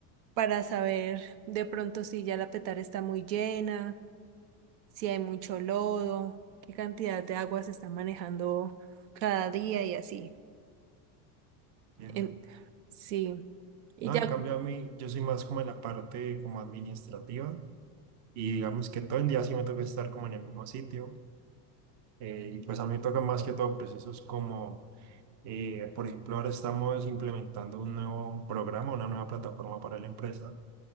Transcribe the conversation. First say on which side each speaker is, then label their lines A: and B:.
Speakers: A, on the right; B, on the right.
A: para saber de pronto si ya la petara está muy llena, si hay mucho lodo, qué cantidad de agua se está manejando cada día y así.
B: Entiendo.
A: En- sí. Y
B: No,
A: ya,
B: en cambio a mí, yo soy más como en la parte como administrativa y digamos que todo el día sí me toca estar como en el mismo sitio. eh, y pues a mí me toca más que todo procesos como, eh, por ejemplo, ahora estamos implementando un nuevo programa, una nueva plataforma para la empresa.